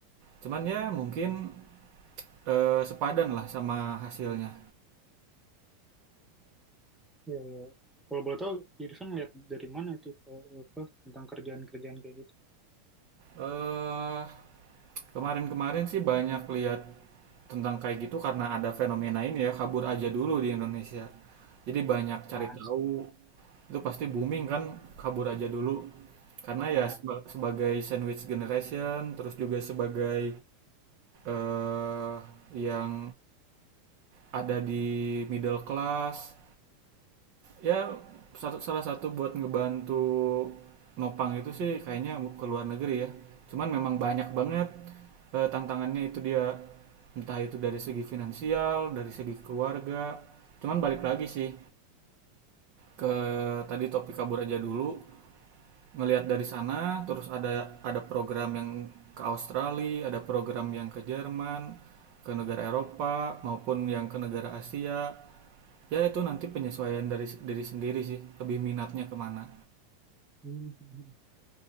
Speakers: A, on the right; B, in the centre.
A: cuman ya mungkin eh, sepadan lah sama hasilnya
B: Iya, iya. Kalau boleh tahu, Irfan lihat dari mana itu eh, apa, tentang kerjaan-kerjaan kayak gitu?
A: eh kemarin-kemarin sih banyak lihat tentang kayak gitu karena ada fenomena ini ya kabur aja dulu di Indonesia jadi banyak cari
B: Ah,
A: tahu
B: sih,
A: itu pasti booming kan kabur aja dulu karena
B: iya.
A: ya seba- sebagai sandwich generation terus juga sebagai eh yang ada di middle class ya satu salah satu buat ngebantu nopang itu sih kayaknya ke luar negeri ya cuman memang banyak banget eh, tantangannya itu dia entah itu dari segi finansial dari segi keluarga cuman balik lagi sih ke tadi topik kabur aja dulu ngelihat dari sana terus ada ada program yang ke Australia ada program yang ke Jerman ke negara Eropa maupun yang ke negara Asia ya itu nanti penyesuaian dari diri sendiri sih lebih minatnya kemana
B: Hmm.